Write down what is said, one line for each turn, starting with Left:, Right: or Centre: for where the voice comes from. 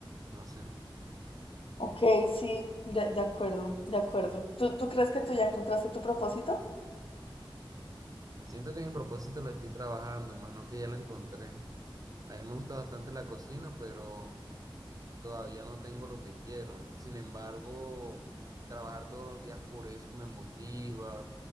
Right: no sé.
Left: Ok, sí, de, de acuerdo, de acuerdo. ¿Tú, ¿Tú crees que tú ya encontraste tu propósito?
Right: Siento que mi propósito lo estoy trabajando, más no que ya lo encontré. A mí me gusta bastante la cocina, pero todavía no tengo lo que quiero. Sin embargo, trabajar todos los días por eso me motiva,